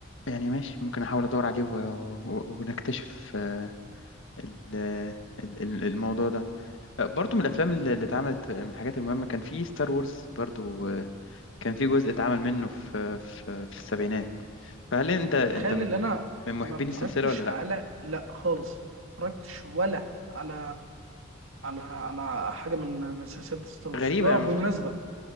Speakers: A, on the left; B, on the right.
A: يعني ماشي ممكن احاول ادور عليه و... و... ونكتشف آه، ال... ال- ال- الموضوع ده آه، برضو من الافلام اللي اللي اتعملت آه، من الحاجات المهمة كان في ستار وورز برضو آه، كان في جزء اتعمل منه في في, في السبعينات فهل انت انت
B: تخيل
A: من
B: ان انا
A: محبين
B: ما اتفرجتش
A: السلسلة ولا
B: على
A: لا
B: لا خالص ما اتفرجتش ولا على على على حاجه من من سلسله ستار وورز
A: غريبة
B: وبالمناسبه
A: يعني المفروض